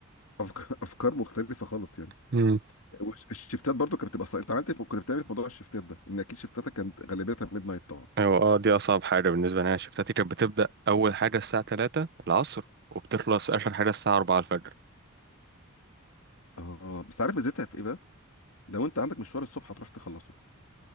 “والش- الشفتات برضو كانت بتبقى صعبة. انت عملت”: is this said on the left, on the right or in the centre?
Left